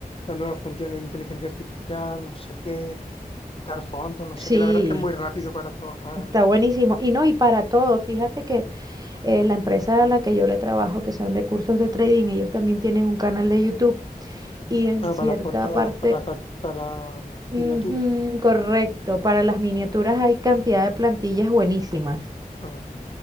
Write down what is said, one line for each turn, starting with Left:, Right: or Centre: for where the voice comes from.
Left: las nuevas funciones de inteligencia artificial, no sé qué, quitar fondos, no sé
Right: Sí,
Left: qué. La verdad es que es muy rápido
Right: es-
Left: para trabajar.
Right: está buenísimo. Y no, y para todo, fíjate que eh, la empresa a la que yo le trabajo, que son de cursos de trading, ellos también tienen un canal de YouTube y en
Left: Ah,
Right: cierta
Left: para las portadas,
Right: parte
Left: para la, ca- para la
Right: Ujú,
Left: miniatura.
Right: correcto, para las miniaturas hay cantidad de plantillas buenísimas.
Left: Ah,